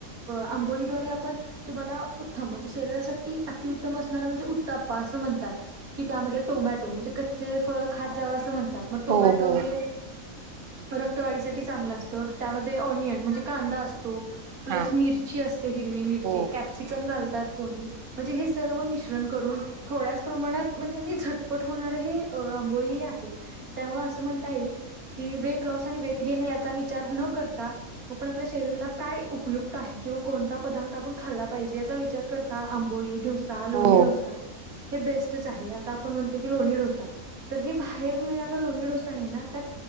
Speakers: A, on the right (about 80°); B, on the right (about 45°).
A: आंबोळीद्वारे आपण तुम्हाला उत्तम म्हणजे शरीरासाठी अतिउत्तम असणारा म्हणजे उत्ताप्पा असं म्हणतात की त्यामध्ये टोमॅटो म्हणजे कच्चे फळ खात जावं असं म्हणतात मग टोमॅटो
B: हो हो
A: हे रक्तवाढीसाठी चांगलं असतं त्यामध्ये ऑनियन म्हणजे कांदा असतो प्लस
B: हां
A: मिरची असते हिरवी मिरची
B: हो
A: कॅप्सिकम घालतात कोणी म्हणजे हे सर्व मिश्रण करून थोड्याच प्रमाणात म्हणजे आणि झटपट होणार हे आंबोळी आहे त्यामुळे असं म्हणता येईल की वेट लॉस आणि वेट गेन याचा विचार न करता आपण आपल्या शरीराला काय उपयुक्त आहे किंवा कोणता पदार्थ का आपण खाल्ला पाहिजे याचा विचार करता आंबोळी, डोसा, लोणी
B: हो
A: डोसा हे बेस्ट च आहे आता आपण म्हणतो की लोणी डोसा, तर हे बाहेर मिळणारं लोणी डोसा आहे ना त्यात